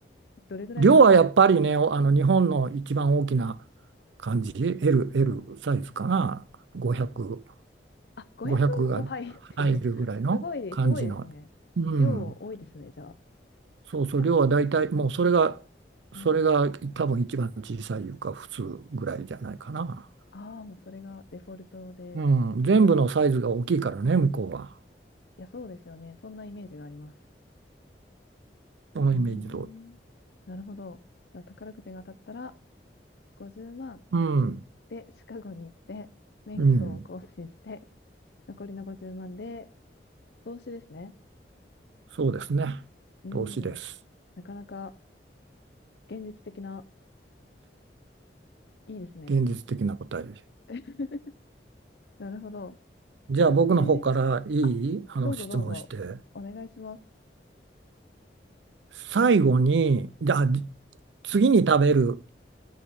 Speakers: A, on the left; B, on the right.
A: どれぐらい
B: 量はやっぱりね、おあの日本の一番大きな感じ、L、L サイズかな、500、
A: あ、500も入ってる。
B: 5が入るぐらいの感じの、
A: <laughs> すごい、すごいですね。
B: うん、
A: 量多いですね、じゃあ。
B: そうそう、
A: でも、
B: 量は大体、もうそれが、
A: うん、
B: それが多分一番小さいいうか、普通ぐらいじゃないかな。
A: ああ、もうそれがデフォルトで
B: うん、全部のサイズが大きいからね、
A: 売られてる。
B: 向こうは。
A: いや、そうですよね。そんなイメージがあります。
B: そのイメージ通り。
A: うーん。なるほど。じゃあ、宝くじが当たったら、50万
B: うん、
A: でシカゴに行って、免許を更新して、
B: うん、
A: 残りの50万で投資ですね。
B: そうですね。
A: うん。
B: 投資です。
A: なかなか現実的な、いいですね。
B: 現実的な答えです。
A: <laughs> なるほど。
B: じゃあ僕の方からいいあの質問して。
A: 私、あ、どうぞどうぞ、お願いします。
B: 最後に、じゃあじ次に食べる